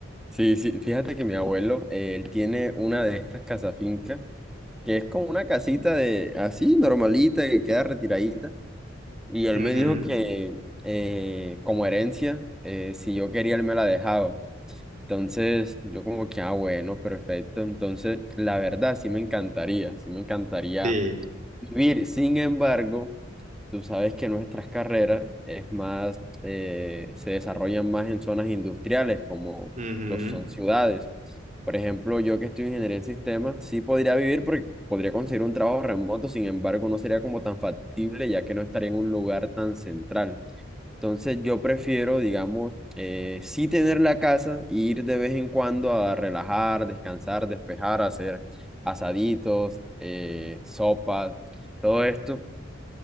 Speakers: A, in the centre; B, on the right.
A: sí, sí, fíjate que mi abuelo, eh, él tiene una de estas finca que es como una casita de así, normalita, que queda retiradita. Y él
B: Ujú,
A: me dijo que eh, como herencia, eh, si yo quería, él me la dejaba. Entonces, yo como que, ah, bueno, perfecto. Entonces, la verdad, sí me encantaría, sí me encantaría
B: Sí.
A: vivir. Sin embargo, tú sabes que nuestras carreras es más, eh, se desarrollan más en zonas industriales, como
B: ujú.
A: lo son ciudades. Por ejemplo, yo que estoy en ingeniería en sistemas, sí podría vivir porque podría conseguir un trabajo remoto, sin embargo, no sería como tan factible, ya que no estaría en un lugar tan central. Entonces yo prefiero, digamos, eh, sí tener la casa e ir de vez en cuando a relajar, descansar, despejar, hacer asaditos, eh, sopas, todo esto,